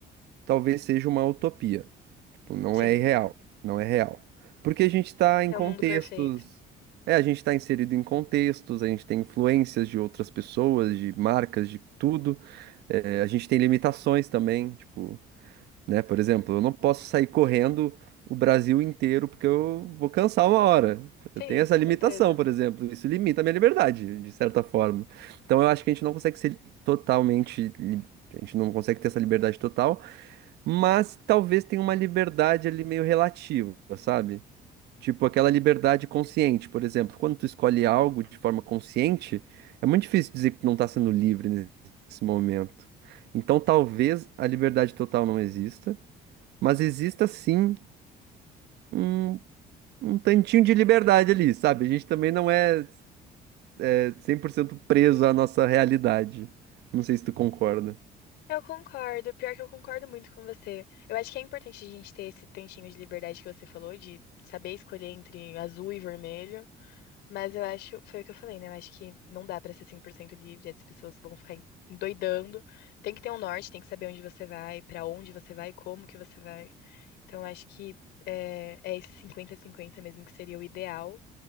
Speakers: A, on the right; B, on the left.
A: talvez seja uma utopia. Tipo, não
B: Sim,
A: é irreal, não é real. Porque a gente está em
B: é
A: contextos,
B: o mundo perfeito.
A: é, a gente está inserido em contextos, a gente tem influências de outras pessoas, de marcas, de tudo. É, a gente tem limitações também, tipo, né? Por exemplo, eu não posso sair correndo o Brasil inteiro porque eu vou cansar uma hora. Eu
B: Sim,
A: tenho essa
B: com
A: limitação,
B: certeza.
A: por exemplo. Isso limita a minha liberdade, de certa forma. Então eu acho que a gente não consegue ser totalmente, li- a gente não consegue ter essa liberdade total mas talvez tenha uma liberdade ali meio relativa, sabe? Tipo aquela liberdade consciente, por exemplo, quando tu escolhe algo de forma consciente, é muito difícil dizer que tu não tá sendo livre nesse momento. Então, talvez a liberdade total não exista, mas exista sim um, um tantinho de liberdade ali, sabe? A gente também não é, é 100% preso à nossa realidade. Não sei se tu concorda.
B: Eu concordo, pior que eu concordo muito com você. Eu acho que é importante a gente ter esse tantinho de liberdade que você falou, de saber escolher entre azul e vermelho. Mas eu acho, foi o que eu falei, né? Eu acho que não dá pra ser 100% livre, as pessoas vão ficar endoidando. Tem que ter um norte, tem que saber onde você vai, pra onde você vai, como que você vai. Então, acho que é, é esse 50 cinquenta mesmo que seria o ideal